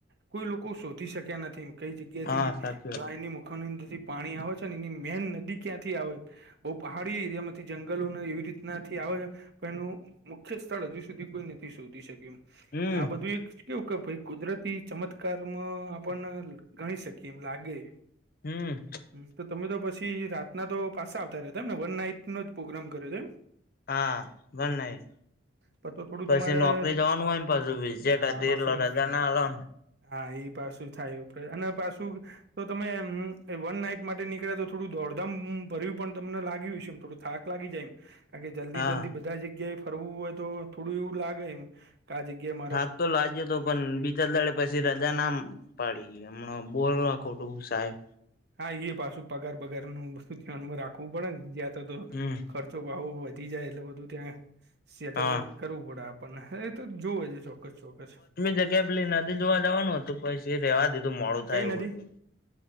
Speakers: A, on the right; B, on the left.
A: કોઈ લોકો શોધી શક્યા નથી કઈ જગ્યાથી
B: હા સાચી વાત
A: ગાયની મુખની અંદરથી પાણી આવે છે ને એની મેન નદી ક્યાંથી આવે. બો પહાડી એરિયામાંથી જંગલોને એવી રીતનાથી આવે છ પણ એનું મુખ્ય સ્થળ હજુ સુધી કોઈ નથી શોધી શક્યું
B: હમ
A: આ બધું એક કેવું ભાઈ કુદરતી ચમત્કારમાં આપને ગણી શકીએ એમ લાગે.
B: હમ્મ
A: હમ, તો તમે તો પછી રાતના તો પાસા આવતા રેયા હતા એમને વન નાઈટ નો જ પ્રોગ્રામ કર્યો હતો એમ.
B: હા, વન નાઈટ
A: પણ તો થોડું
B: પછી
A: તમારા
B: નોકરી
A: જ
B: જવાનું હોયને પાછું વિજેટ
A: હા
B: હતી
A: પાછું
B: રજા ના આલો.
A: હા, એ પાછું થાય એટલે અને પાછું તો તમે વન નાઈટ માટે નીકળ્યા તો થોડું દોડધામ ભર્યું પણ તમને લાગ્યું છે એમ થોડું થાક લાગી જાય એમ. કારણ કે જલ્દી
B: હા
A: જલ્દી બધા જગ્યાએ ફરવું હોય તો થોડું એવું લાગે એમ આ જગ્યા
B: થાક તો લાગ્યો તો પણ બીજા દારે પછી રજા ના મ પાડી હમણા બોરવા ખોટું સાહેબ
A: હા, એ પાછું પગાર બગારનું વસ્તુ ધ્યાનમાં રાખવું પડે ને જ્યાં તો તો
B: હમ
A: ખર્ચ તો ભાવો વધી જાય એટલે બધું ત્યાં સેટલ
B: હા
A: કરવું પડે આપણને તો જોવે જ છે ચોક્કસ ચોક્કસ
B: જગ્યા પેલી નદી જોવા જવાનું હતું પછી એ રેવા દીધું મોડુ થાય
A: કઈ નથી
B: એવું હતું.